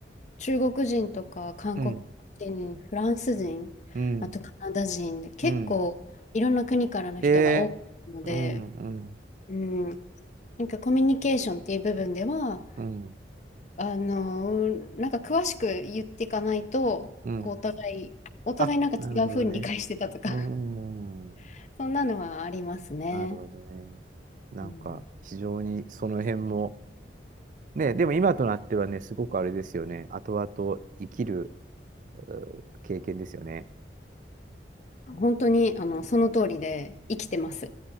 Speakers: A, on the left (about 40°); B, on the right (about 45°).
A: 中国人とか韓国人、
B: うん。
A: フランス人、
B: うん。
A: あとカナダ人で、結構いろんな国からの人が多いので、
B: うん。えー。うん。うん。
A: うん、なんかコミュニケーションっていう部分では、
B: うん。
A: あの、なんか詳しく言っていかないと、
B: うん。
A: こうお互い、お互いなんか違う風に理解してたとか、
B: あ、なるほどね。うん。
A: <laughs> そんなのはありますね。
B: なるほどね。なんか、
A: うん、
B: 非常にその辺も、ね、でも今となってはね、すごくあれですよね。後々生きるうー経験ですよね。
A: 本当に、あの、その通りで生きてます。